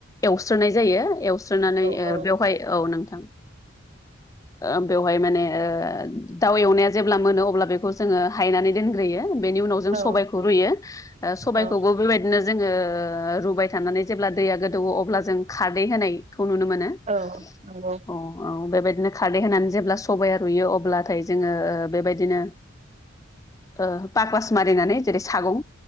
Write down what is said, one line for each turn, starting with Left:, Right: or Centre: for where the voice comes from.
Left: एवस्रोनाय जायो। एवस्रोनानै
Right: औ
Left: ओ बेवहाय औ नों थां ओ बेवहाय माने ओ दाउ एवनाया जेब्ला मोनो अब्ला बेखौ जोङो हायनानै दोनग्रोयो। ओ बेनि उनाव जों
Right: औ
Left: सबायखौ रुयो। सबायखौबो
Right: औ
Left: बेबायदिनो जोङो रुबाय थानानै जेब्ला दैया गोदौवो अब्ला जों खारदै होनाय खौ नुनो मोनो। अ
Right: औ नंगौ
Left: औ बे बेबायदिनो खारदै होनानै जेब्ला सबाया रुयो अब्लाथाय जोङो ओ बेबायदिनो ओ पाग्लास मारिनानै जेरै सागं